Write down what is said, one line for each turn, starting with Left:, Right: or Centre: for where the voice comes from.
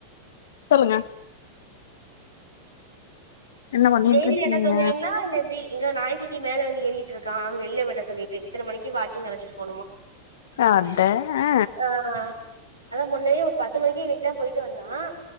Left: சொல்லுங்க என்ன பண்ணிட்டு
Right: டெய்லி
Left: இருக்கீங்க
Right: லேட்டா தூங்குவீங்ளா இல்ல எப்டி இங்க நாய்குட்டி மேல வந்து ஏறிக்கிட்ருக்கா வெள்ல விட சொல்லிட்டு இத்தன மணிக்கு வாக்கிங் அழச்சிட்டு போனுமா
Left: அட ஆ
Right: ஆ அதா முன்னயே ஒ பத்து மணிக்கு விட்டா போயிட்டு வந்தா ஆ